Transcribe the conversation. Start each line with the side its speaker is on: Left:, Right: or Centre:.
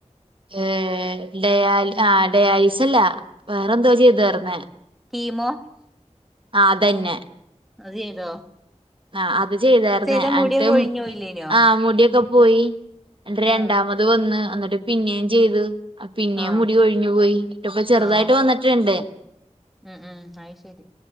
Right: ഏ ഡയാല ആ ഡയാലിസ്സല വേറെന്തോ ചെയ്താർന്നേ
Centre: ഹീമോ
Right: ആ അതന്നെ
Centre: അത് ചെയ്തോ
Right: ആ അത് ചെയ്തരുന്നേ
Centre: ചെയ്താ മുടിയൊക്കെ
Right: അന്ട്ടും
Centre: കൊഴിഞ്ഞോ ഇല്ലേനോ
Right: ആഹ് മുടിയൊക്കെ പോയി എന്നിട്ട്‌ രണ്ടാമത്
Centre: ആഹ്
Right: വന്ന് എന്നിട്ട് പിന്നെയും ചെയ്തു പിന്നെയും
Centre: ആഹ്
Right: മുടി കെഴിഞ്ഞു പോയി ട്ടിപ്പ ചെറുതായിട്ട്
Centre: ആഹ്
Right: വന്നട്ടിണ്ട്
Centre: ഉം ഉം അയ ശരി